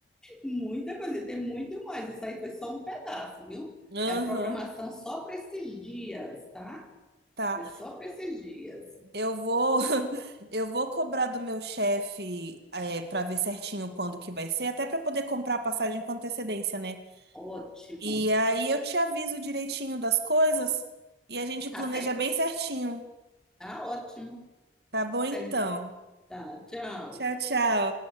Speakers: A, in the centre; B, on the right (about 65°).
A: Muita coisa, tem muito mais. Isso aí foi só um pedaço, viu?
B: Aham,
A: É a programação só para esses dias, tá?
B: tá.
A: É só para esses dias.
B: Eu vou, <laughs> eu vou cobrar do meu chefe é, para ver certinho quando que vai ser, até pra poder comprar a passagem com antecedência, né?
A: Ótimo.
B: E aí eu te aviso direitinho das coisas e a gente
A: Tá
B: planeja
A: certo.
B: bem certinho.
A: Tá ótimo.
B: Tá bom
A: Tá
B: então.
A: certo. Tá, tchau.
B: Tchau, tchau.